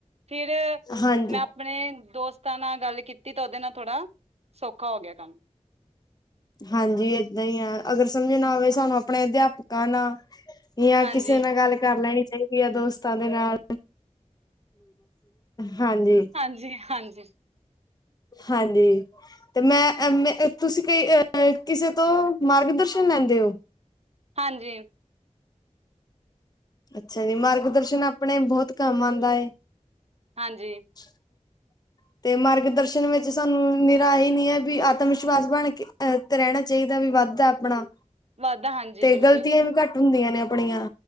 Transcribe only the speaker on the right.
ਫਿਰ
ਮੈਂ ਆਪਣੇ ਦੋਸਤਾਂ ਨਾਲ ਗੱਲ ਕੀਤੀ ਤਾਂ ਉਹਦੇ ਨਾਲ ਥੋੜਾ ਸੌਖਾ ਹੋ ਗਿਆ ਕੰਮ
ਹਾਂਜੀ,
ਹਾਂਜੀ ਹਾਂਜੀ
ਹਾਂਜੀ
ਹਾਂਜੀ
ਵਾਧਾ ਹਾਂਜੀ
ਬਿਲਕੁਲ